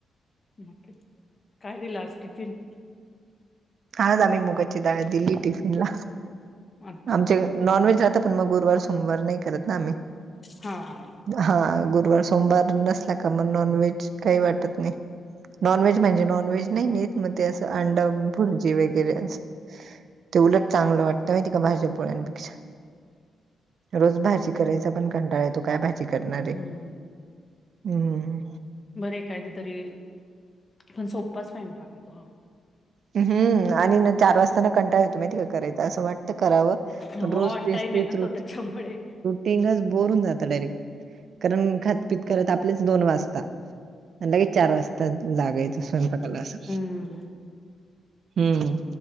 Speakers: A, on the left; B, on the right.
A: मक्के काय दिला आज टिफिन?
B: आज आम्ही मुगाची डाळ दिली टिफिन ला..
A: अच्छा
B: आमचे.. नॉनव्हेज राहत पण मग गुरुवार सोमवार नाही करत नाआम्ह...
A: हा....
B: हा... गुरुवार सोमवार नसला का मग नॉन व्हेज.. काही वाटत नाही. नॉनव्हेज म्हणजे नॉनव्हेज नाही न्हेत. मग ते असं अंड... वैगैरे अस. ते उलट चांगलं वाटतं माहिती का भाजीपोळ्यापेक्षा... रोज भाजी करायचा पण कंटाळा येतो. काय भाजी करणार आहे.
A: हम्म
B: हम्म...
A: बरं एकाधा तरी.. पण सोपाच स्वयंपाक येतो.
B: हम्म... हम्म... आणि ना चार वाजता.. कंटाळ येतो माहिती का करायचा असं वाटतं करावं.
A: हो
B: पण रोज
A: ऑड
B: तेच-
A: टाईम
B: तेच
A: आहे ना तो
B: रोज...
A: त्याच्यामुळे.
B: टिंगच बोर होऊन जात डायरेक्ट. कारण खात-पीत करत आपलेच दोन वाजता. लगेच चार वाजता लागायचं स्वयंपाकाला असं..
A: हम्म...
B: हम्म...